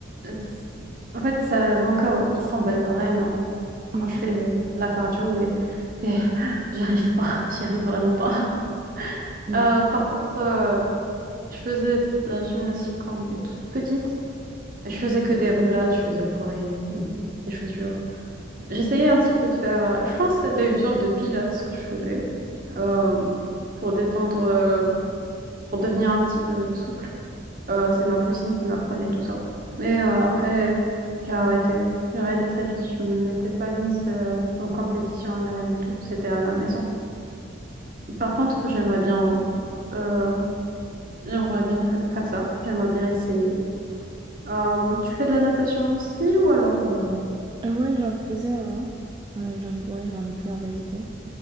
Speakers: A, on the right; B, on the right.
A: euh, c- en fait, ça, mon cœur, il s'emballe vraiment quand
B: Mm,
A: je fais de la cardio et, et <gasps> <sighs> j'arrive pas, <laughs> j'y arrive vraiment pas.
B: ouais.
A: Euh, par contre, euh, je faisais de la gymnastique quand j'étais toute petite. Je faisais que des roulades, je faisais pour les- des choses dures. J'essayais un petit peu de faire. euh, Je pense que c'était une sorte de pilates ce que je faisais euh, pour détendre, euh, pour devenir un petit peu souple. Euh, c'est ma cousine qui m'apprenait tout ça. Mais euh, après, j'ai arrêté. J'ai arrêté très vite. Je ne m'étais pas mise euh, en compétition ni rien du tout. C'était à la maison. Par contre, j'aimerais bien, euh, j'aimerais bien faire ça. J'aimerais bien essayer. Euh, tu fais de la natation aussi ou alors euh,
B: Euh, ouais, j'en faisais avant. J'en ai, j'en ai- ouais, j'en ai fait en vérité.